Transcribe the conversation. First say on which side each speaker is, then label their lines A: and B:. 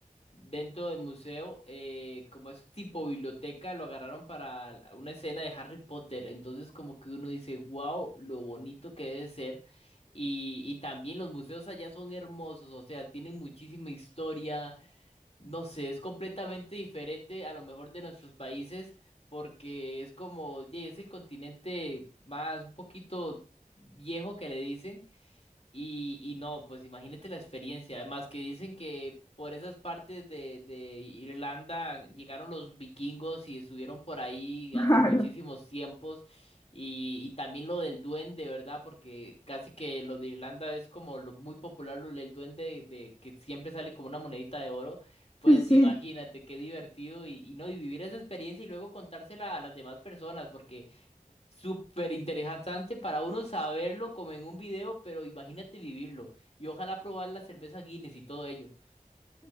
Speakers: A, on the left; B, on the left.
A: dentro del museo, eh, como es tipo biblioteca, lo agarraron para la- una escena de Harry Potter. Entonces, como que uno dice, wow, lo bonito que debe ser. Y, y también los museos allá son hermosos, o sea, tienen muchísima historia. No sé, es completamente diferente a lo mejor de nuestros países, porque es como, "Ye, es el continente más un poquito viejo que le dicen. Y, y no, pues imagínate la experiencia. Además que dicen que por esas partes de, de Irlanda llegaron los vikingos y estuvieron por ahí
B: Claro.
A: hace muchísimos tiempos. Y, y también lo del duende, ¿verdad? Porque casi que lo de Irlanda es como lo muy popular, lo- el duende de, que siempre sale como una monedita de oro. Pues
B: <laughs> Sí.
A: imagínate qué divertido y, y no, y vivir esa experiencia y luego contársela a las demás personas, porque Súper interesante para uno saberlo como en un video, pero imagínate vivirlo. Y ojalá probar la cerveza Guinness y todo ello.